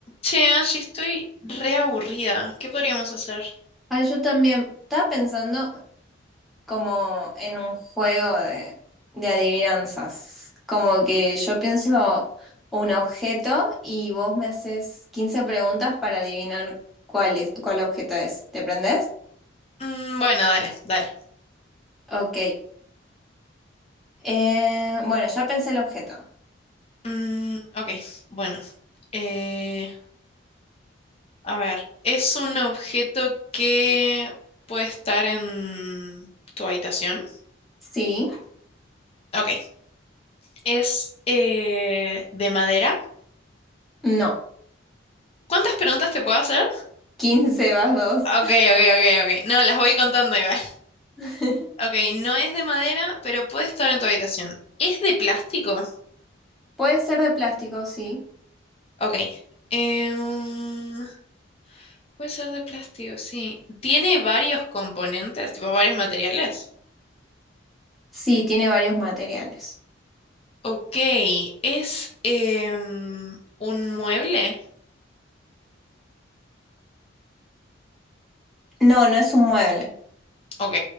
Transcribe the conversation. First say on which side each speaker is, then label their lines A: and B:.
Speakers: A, on the left (about 30°); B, in the centre.
A: Che, Angie, estoy re aburrida. ¿Qué podríamos hacer?
B: Ah, yo también estaba pensando como en un juego de, de adivinanzas. Como que yo pienso un objeto y vos me haces 15 preguntas para adivinar cuál es, cuál objeto es. ¿Te prendés?
A: Mm, bueno, dale, dale.
B: Ok. Eh, bueno, ya pensé el objeto.
A: Mm, ok, bueno. Eh, a ver, ¿es un objeto que puede estar en tu habitación?
B: Sí,
A: Ok, ¿es eh, de madera?
B: no.
A: ¿Cuántas preguntas te puedo hacer?
B: 15 más 2.
A: Ok, ok, ok, ok. No, las voy contando igual.
B: <laughs>
A: Ok, no es de madera, pero puede estar en tu habitación. ¿Es de plástico?
B: Puede ser de plástico, sí.
A: Ok. Em, Puede ser de plástico, sí. Tiene varios componentes, tipo varios materiales.
B: Sí, tiene varios materiales.
A: Ok, es em, un mueble.
B: No, no es un mueble.
A: Ok,